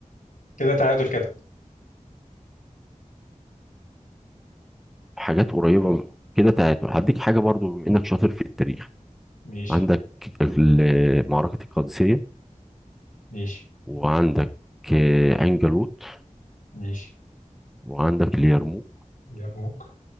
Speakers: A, on the left; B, in the centre.
A: كده تعادل كده
B: <laughs> حاجات قريبة من- كده تعادل هديك حاجة برضو بما إنك شاطر في التاريخ
A: ماشي
B: عندك ال- معركة القادسية
A: ماشي
B: وعندك آه، عين جالوت
A: ماشي
B: وعندك اليرموك
A: اليرموك